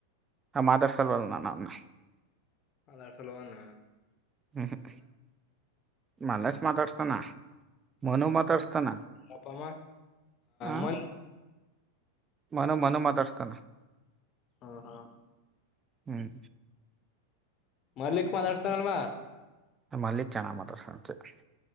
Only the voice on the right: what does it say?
ನಾ ಮಾದಾರ್ ಸಲ್ವಲ್ ನನ್ನ
ಹ್ಮ್್ಮ ಮಲ್ಲೇಶ ಮಾತಾಡ್ಸ್ತಾನ ಮನು ಮಾತಾಡ್ಸ್ತಾನ
ಹ
ಮನ ಮನ ಮಾತಾಡ್ಸ್ತಾನ
ಹ್ಮ್
ಮಲ್ಲಿಕ್ ಚೆನ್ನಾಗಿ <unintelligible>